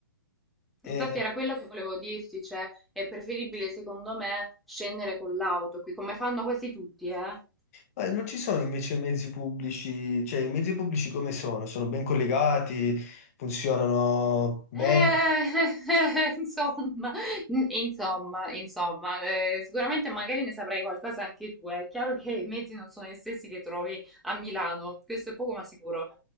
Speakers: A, on the left; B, in the centre.
A: E-
B: infatti era quello che volevo dirti, cioè è preferibile secondo me scendere con l'auto qui, come fanno quasi tutti, eh?
A: ma non ci sono invece mezzi pubblici, cioè i mezzi pubblici come sono? Sono ben collegati, funzionano bene?
B: Eh, <laughs> insomma, insomma, insomma, eh, sicuramente magari ne saprai qualcosa anche tu. eh. È chiaro che i mezzi non sono gli stessi che trovi a Milano, questo è poco ma sicuro.